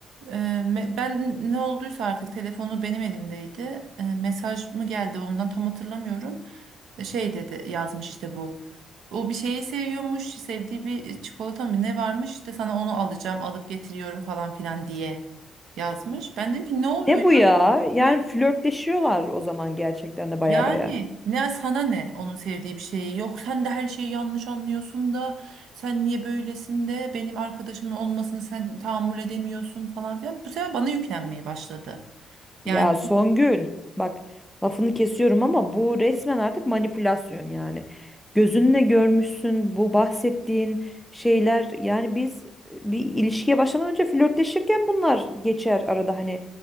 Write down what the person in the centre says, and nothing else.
Ne bu ya? Yani
flörtleşiyorlar o zaman gerçekten de
baya baya.
Ya Songül bak lafını kesiyorum ama bu resmen artık manipülasyon yani. Gözünle görmüşsün bu bahsettiğin şeyler yani biz bir ilişkiye başlamadan önce flörtleşirken bunlar geçer arada hani